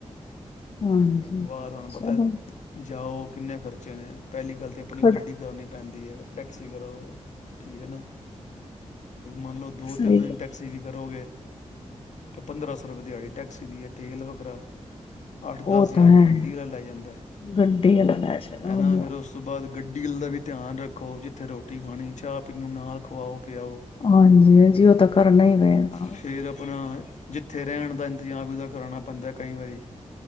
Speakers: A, on the left (about 50°); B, on the left (about 85°).
A: ਹਾਂਜੀ
B: ਬਾਹਰ ਤੁਹਾਨੂੰ ਪਤਾ
A: ਚਲੋ
B: ਜਾਓ ਕਿੰਨੇ ਖਰਚੇ ਨੇ ਪਹਿਲੀ ਗੱਲ ਤਾਂ ਆਪਣੀ
A: ਖੜ
B: ਗੱਡੀ ਕਰਨੀ ਪੈਂਦੀ ਹੈ ਟੈਕਸੀ ਕਰੋ ਠੀਕ ਹੈ ਨਾ। ਮੰਨ ਲਓ ਦੋ
A: ਸਹੀ
B: ਤਿੰਨ ਦਿਨ
A: ਗੱਲ।
B: ਟੈਕਸੀ ਵੀ ਕਰੋਗੇ ਪੰਦਰਾਂ ਸੌ ਰੁਪਏ ਦਿਹਾੜੀ ਟੈਕਸੀ ਗੱਡੀ ਦਾ ਤੇਲ ਵੱਖਰਾ ਅੱਠ ਦਸ
A: ਉਹ
B: ਹਜ਼ਾਰ
A: ਤਾਂ ਹੈ
B: ਤੇ ਗੱਡੀ ਵਾਲਾ ਲੈ ਜਾਂਦਾ
A: ਗੱਡੀ ਵਾਲਾ ਲੈ ਜਾਏਗਾ
B: ਹੈ
A: ਉਹੀਓ
B: ਨਾ ਫਿਰ ਉਸ ਤੋਂ ਬਾਅਦ ਗੱਡੀ ਦਾ ਵੀ ਧਿਆਨ ਰੱਖ ਜਿੱਥੇ ਰੋਟੀ ਖਾਣੀ ਚਾਹ ਪੀ ਨੂੰ ਨਾਲ ਖਵਾਓ ਪਿਆਓ
A: ਹਾਂਜੀ ਹ ਜੀ ਉਹ ਤਾਂ ਕਰਨਾ ਹੀ ਪਏਗਾ
B: ਫਿਰ ਆਪਣਾ ਜਿੱਥੇ ਰਹਿਣ ਦਾ ਇੰਤਜ਼ਾਮ ਇਦਾ ਕਰਵਾਉਣਾ ਪੈਂਦਾ ਕਈ ਵਾਰੀ